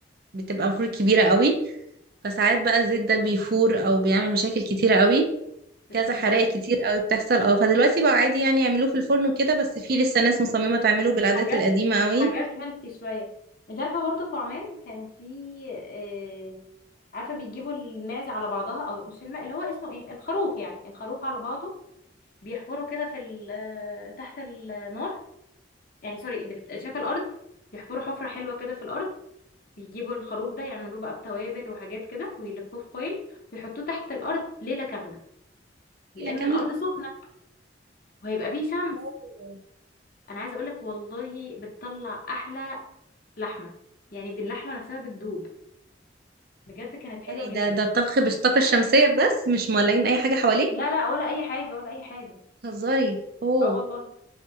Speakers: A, on the right; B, on the left.
A: بتبقى المفروض كبيرة قوي فساعات بقى الزيت ده بيفور أو بيعمل مشاكل كتيرة قوي
B: بتهزري
A: كذا حرائق كتير قوي بتحصل اه فدلوقتي بقى عادي يعني يعملوه في الفرن وكده بس في لسه ناس مصممة تعمله بالعادات
B: حاجات
A: القديمة قوي
B: حاجات هيلثي شوية انت عارفة برضه في عمان كان في آه عارفة بيجيبوا الماعز على بعضها او مش الماء اللي هو اسمه ايه الخروف يعني الخروف على بعضه بيحفروا كده في ال- آه، تحت النار يعني سوري بت- شايفة الارض يحفروا حفرة حلوة كده في الارض بيجيبوا الخروف ده يعملوه بقى بتوابل وحاجات كده ويلفوه في فويل ويحطوه تحت الارض ليله كامله لان
A: ليلة كاملة
B: الارض سخنه وهيبقى فيه شمس
A: أوه.
B: انا عايزه اقولك والله بتطلع احلى لحمه يعني باللحمه نفسها بتدوب بجد كانت حلوه
A: يعني
B: جدا
A: ده ده الطبخ بالطاقة الشمسية بس مش مولعين أي حاجة حواليه
B: لا لا ولا اي حاجه ولا اي حاجه
A: هزاري اوه
B: اه والله